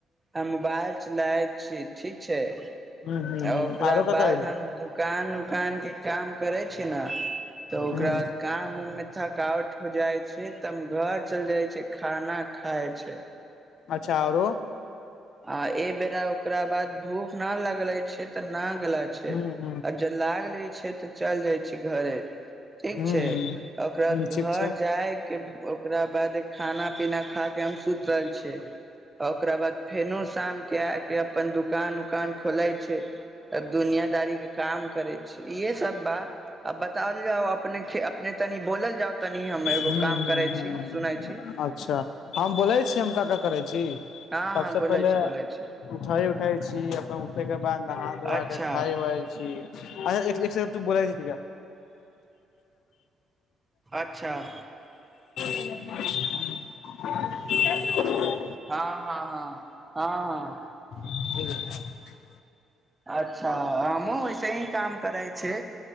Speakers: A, on the right; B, on the left.
A: आ मु बाज। लााय छी ठीक छै,
B: हूँ हूँ
A: आ
B: हूँ
A: ओकरा
B: आरो का
A: बाद
B: करै छी
A: हम दुकान उकान के काम करे छी ने, तऽ ओकरा
B: हूँ
A: बाद काम उम मे थकावट। हो जाए। से त हम घर चलि जाइ छै। खाना। खाय छै।
B: अच्छा आओरो?
A: आ एहि बेेरा ओकरा बाद भूख न लगले छै, तऽ नाक।
B: हूँ
A: छै,
B: हूँ
A: आ ज लागलै। छै, तऽ चलि जाइ छै घरे। ठीक
B: हूँ
A: छै,
B: हूँ
A: ओकरा
B: हूँ
A: ब
B: ठीक
A: घर
B: छै
A: जायके। ओकरा बाद खाना -पीना खा के, हम सुत रहलल। आ ओकरा बाद। शाम के आ के अपन दुकान उकान खोले छै, त दुनियादारी के काम करे छै, इहे सब बा आ बताओल जाउ अपने अपने तनी बोलल जा त। कनी हम एगो
B: हूँ
A: काम
B: हूँ
A: करे छी।
B: अच्छा
A: सुनै छी
B: हम बोलै छीय, हम क क करै छी,
A: हँ
B: सबस
A: हँ बोलै
B: पहिले
A: छी बोलै छी
B: उठई उठै छी, अपन उठै के बाद नहा धोआ
A: अच्छा
B: के खााय उइ छी, अच्ा तू बोलै छ।
A: अच्छा
B: ह। <inaudible>
A: हँ, हँ, हँ। हँ, ह।
B: <inaudible>
A: अच्छा हमहु ऐसे ही काम करै छै